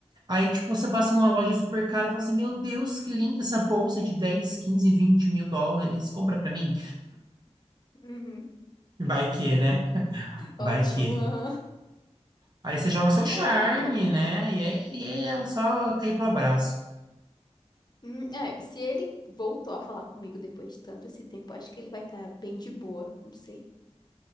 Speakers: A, on the right (about 40°); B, on the left (about 35°).
A: Aí, tipo, você passa em uma loja super
B: Uhum,
A: cara e fala assim: Meu Deus, que linda essa bolsa de 10, 15, 20 mil dólares. Compra pra mim.
B: uhum.
A: Vai que, né? Vai
B: Ótimo,
A: que.
B: aham.
A: Aí você joga seu charme,
B: É, boa ideia.
A: né? E aí, e aí é só cair pro abraço.
B: Hum, é, se ele voltou a falar comigo depois de tanto esse tempo, acho que ele vai estar bem de boa, não sei.